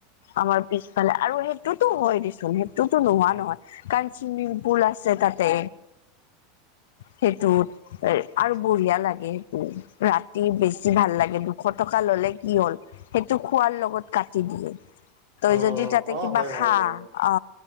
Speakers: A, on the left; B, on the right.
A: আমাৰ পিছফালে আৰু সেইটোতো হয় দেচোন সেইটোতো নোহোৱা
B: হয়
A: নহয়। কাৰণ চুইমিংপুল আছে তাতে সেইটোত। এই
B: আচ্ছা
A: আৰু বঢ়িয়া
B: আচ্ছা
A: লাগে। উম, ৰাতি বেছি ভাল লাগে দুশ টকা ল'লে কি হ'ল সেইটো খোৱাৰ লগত কাটি দিয়ে তই
B: অ
A: যদি তাতে
B: অ
A: কিবা
B: হয়
A: খা
B: হয় বাৰু
A: অ,